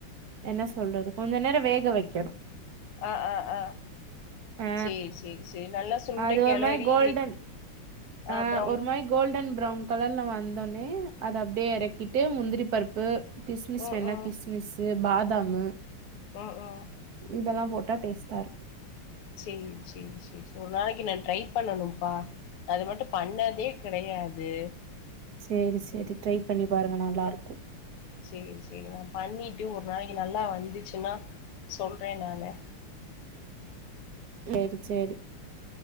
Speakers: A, on the right; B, on the left.
A: என்ன சொல்றது கொஞ்ச நேரோ வேக வெக்கணு
B: ஆ ஆ ஆ
A: ஆ
B: சேரி சேரி சேரி நல்லா சுண்ட
A: அது
B: கெளரி
A: ஒரு மாரி கோல்டன் ஆ
B: அப்றம்
A: ஒரு மாரி கோல்டன் ப்ரௌன் கலர்ல வந்தோன்னே அத அப்டியே எறக்கிட்டு முந்திரி பருப்பு மிஸ்
B: ம்
A: வேண்னா
B: ம்
A: கிஸ்மிஸ்சு பாதாமு
B: ஆ ஆ
A: இதெல்லா போட்டா டேஸ்ட்டா இருக்கு
B: சேரி சேரி செ ஒரு நாளைக்கி நா ட்ரை பண்ணனும்ப்பா அது மட்டு பண்ணதே கெடையாது
A: சேரி சேரி ட்ரை பண்ணி பாருங்க நல்லா இருக்கு
B: சேரி சேரி நா பண்ணிட்டு ஒரு நாளைக்கு நல்லா வந்துச்சுன்னா சொல்ற நானு
A: சேரி சேரி